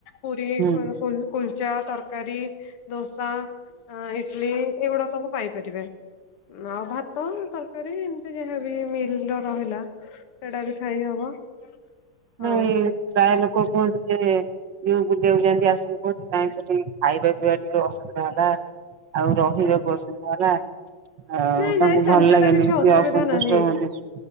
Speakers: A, on the left; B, on the right.
A: ପୁରୀକୁ
B: ହୁଁ
A: ଚା ତରକାରୀ ଦୋସା ଇଟଲି ଏଇଗୁଡ଼ା ସବୁ ପାଇପାରିବେ। ଆଉ ଭାତ ତରକାରୀ ଏମିତି ଯାହା ବି ମିତରେ ରହିଲା ସେଟା ବି ଖାଇ ହବ। ହଁ
B: ନାଇଁ ପ୍ରାୟ ଲୋକ କୁହନ୍ତିୁ ଯେ ଯୋଉ ବୁଲିିବାକୁ ଯାଆନ୍ତି ଆସି କ ନାଇଁ ସେଠିକି ଖାଇବା ପିଇବା ଟିକେ ଅସୁବିଧା ହେଲା ଆଉ ରହିବାକୁ ଅସୁବଧା ହେଲା ଆଉ
A: ନାଇଁ ନାଇଁ
B: ତାଙ୍କୁ
A: ସେମିତି
B: ଭଲ ଲାଗେନି
A: ତ କିଛି ଅସୁବିଧା
B: ସିଏ ଅସନ୍ତୁଷ୍ଟ
A: ନାହିଁ।
B: ହୁଅନ୍ତି, '